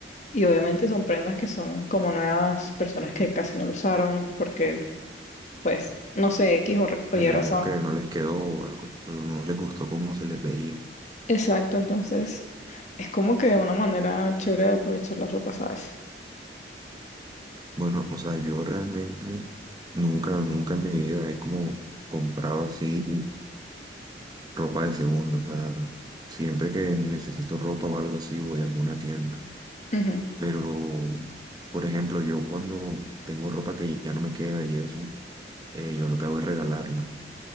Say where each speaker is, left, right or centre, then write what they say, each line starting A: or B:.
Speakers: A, on the left; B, on the right.
A: y obviamente son prendas que son como nuevas, personas que casi no lo usaron, porque pues, no sé, X o re- o
B: Me
A: Y
B: imagino
A: razón.
B: que no les quedó o algo, o no les gustó cómo se les veía.
A: Exacto, entonces es como que una manera chévere de aprovechar la ropa, ¿sabes?
B: Bueno, o sea, yo realmente nunca, nunca en mi vida he como comprado así ropa de segunda. O sea, siempre que necesito ropa o algo así, voy a alguna tienda.
A: Ujú,
B: Pero, por ejemplo, yo cuando tengo ropa que ya no me queda y eso, eh, yo lo que hago es regalarla.